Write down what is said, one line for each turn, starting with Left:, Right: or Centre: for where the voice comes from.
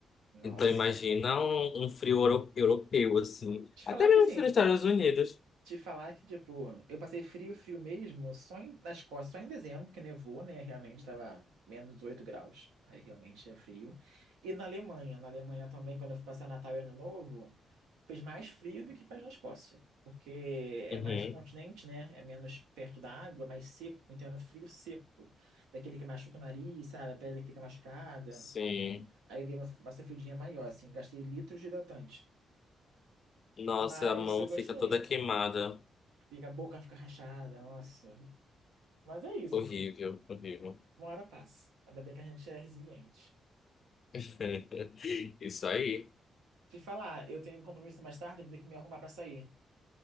Right: Nossa.
Left: Então imagina um, um frio euro- europeu assim,
Right: Te
Left: até
Right: falar
Left: mesmo
Right: que assim,
Left: frio nos Estados Unidos.
Right: Te falar que, tipo, eu passei frio, frio mesmo, só em, na Escócia, só em dezembro, que nevou, né? Realmente tava menos 8 graus, aí realmente é frio. E na Alemanha, na Alemanha também, quando eu fui passar Natal e Ano Novo, fez mais frio do que faz na Escócia, porque é
Left: Uhum.
Right: mais continente, né? É menos perto da água, mais seco, então era um frio seco, daquele que machuca o nariz, sabe? A pele fica machucada.
Left: Sim.
Right: Aí eu dei uma, uma sofridinha maior, assim, gastei litros de hidratante.
Left: Nossa,
Right: Mas
Left: a mão
Right: eu gostei.
Left: fica toda queimada.
Right: Fica, a boca fica rachada, nossa. Mas é isso,
Left: Horrível,
Right: assim.
Left: horrível.
Right: Uma hora passa. Ainda bem que a gente é resiliente.
Left: <laughs> Isso aí.
Right: Te falar, eu tenho um compromisso mais tarde, eu vou ter que me arrumar pra sair.